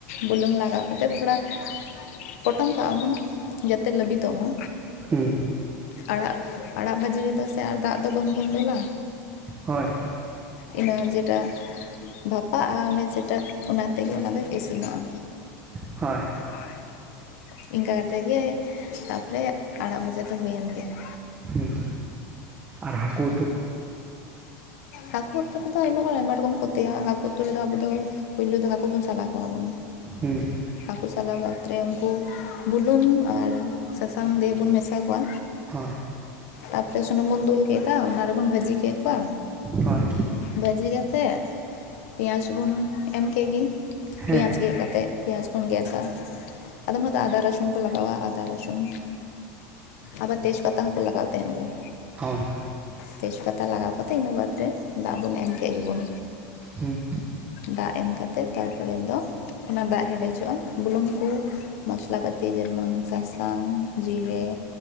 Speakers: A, on the left (about 80°); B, on the right (about 20°).
A: ᱵᱩᱞᱩᱝ ᱞᱟᱜᱟᱣ ᱠᱟᱛᱮ ᱛᱷᱚᱲᱟ ᱯᱚᱴᱚᱢ ᱠᱟᱜᱼᱟ ᱵᱚᱱ ᱡᱟᱛᱮ ᱞᱟᱹᱵᱤᱫᱚᱜ ᱢᱟ᱾
B: ᱦᱩᱸ
A: ᱟᱲᱟᱜ ᱟᱲᱟᱜ ᱵᱷᱟᱹᱡᱤ ᱨᱮᱫᱚ ᱥᱮ ᱟᱨ ᱫᱟᱜ ᱫᱚ ᱵᱟᱝᱵᱚᱱ ᱫᱩᱞᱟ᱾
B: ᱦᱳᱭ
A: ᱤᱱᱟᱹ ᱡᱮᱴᱟ ᱵᱷᱟᱯᱟᱜᱼᱟ ᱚᱱᱮ ᱡᱮᱴᱟ ᱚᱱᱟᱛᱮᱜᱮ ᱚᱱᱟᱫᱚ ᱤᱥᱤᱱᱚᱜᱼᱟ᱾
B: ᱦᱳᱭ᱾
A: ᱦᱳᱭ᱾ ᱤᱱᱠᱟ ᱠᱟᱛᱮᱫ ᱜᱮ ᱛᱟᱯᱚᱨᱮ ᱟᱲᱟᱜ ᱵᱷᱟᱡᱟ ᱫᱚ ᱦᱩᱭᱮᱱ ᱜᱮᱭᱟ᱾
B: ᱦᱩᱸ ᱟᱨ ᱦᱟᱹᱠᱩ ᱩᱛᱩ
A: ᱦᱟᱹᱠᱩ ᱩᱛᱩ ᱨᱮᱫᱚ ᱟᱭᱢᱟ ᱦᱚᱲ ᱟᱭᱢᱟ ᱨᱚᱠᱚᱢ ᱠᱚ ᱩᱛᱩᱭᱟ, ᱦᱟᱹᱠᱩ ᱩᱛᱩ ᱨᱮᱫᱚ ᱟᱵᱚ ᱫᱚ ᱯᱳᱭᱞᱳ ᱫᱚ ᱦᱟᱹᱠᱩ ᱵᱚᱱ ᱥᱟᱞᱟ ᱠᱚᱣᱟ ᱵᱚᱱ᱾
B: ᱦᱮᱸ᱾
A: ᱦᱟᱹᱠᱩ ᱥᱟᱞᱟ ᱵᱟᱫᱽᱨᱮ ᱩᱱᱠᱩ ᱵᱩᱞᱩᱝ ᱟᱨ ᱥᱟᱥᱟᱝ ᱫᱤᱭᱮ ᱵᱚᱱ ᱢᱮᱥᱟ ᱠᱚᱣᱟ᱾
B: ᱦᱳᱭ᱾
A: ᱛᱟᱨᱯᱚᱨᱮ ᱥᱩᱱᱩᱢ ᱵᱚᱱ ᱫᱩᱞ ᱠᱮᱫᱟ ᱚᱱᱟ ᱨᱮᱵᱚᱱ ᱵᱷᱟᱹᱡᱤ ᱠᱮᱫ ᱠᱚᱣᱟ᱾
B: ᱦᱳᱭ᱾
A: ᱵᱷᱟᱹᱡᱤ ᱠᱟᱛᱮᱫ ᱯᱮᱸᱭᱟᱡᱽ ᱵᱚᱱ ᱮᱢ ᱠᱮᱫ ᱜᱮ,
B: ᱦᱮᱸ
A: ᱯᱮᱸᱭᱟᱡᱽ ᱜᱮᱫ ᱠᱟᱛᱮᱫ᱾ ᱯᱮᱸᱭᱟᱡ ᱵᱚᱱ ᱜᱮᱫᱟ, ᱟᱫᱚᱢ ᱦᱚᱬ ᱫᱚ ᱟᱫᱟ ᱨᱚᱥ ᱥᱩᱱ ᱠᱚ ᱞᱟᱜᱟᱣᱟ ᱟᱫᱟ ᱨᱥᱩᱱ, ᱟᱵᱟᱨ ᱛᱮᱡᱽ ᱯᱟᱛᱟ ᱦᱚᱸᱠᱚ ᱞᱟᱜᱟᱣ ᱛᱟᱦᱮᱱ ᱜᱮᱭᱟ᱾
B: ᱦᱳᱭ᱾
A: ᱛᱮᱡᱽ ᱯᱟᱛᱟ ᱞᱟᱜᱟᱣ ᱠᱟᱛᱮᱫ ᱤᱱᱟᱹ ᱵᱟᱫᱽ ᱨᱮ ᱫᱟᱜ ᱵᱚᱱ ᱮᱢ ᱠᱮᱫ ᱜᱮᱵᱚᱱ᱾
B: ᱦᱮᱸ᱾
A: ᱫᱟᱜ ᱮᱢ ᱠᱟᱛᱮ ᱛᱟᱨᱯᱚᱨᱮ ᱫᱚ ᱚᱱᱟ ᱫᱟᱜ ᱦᱮᱰᱮᱡᱚᱜᱼᱟ ᱵᱩᱞᱩᱝ ᱠᱚ, ᱢᱚᱥᱞᱟ ᱯᱟᱹᱛᱤ ᱡᱮᱢᱚᱱ ᱥᱟᱥᱟᱝ, ᱡᱤᱨᱮ,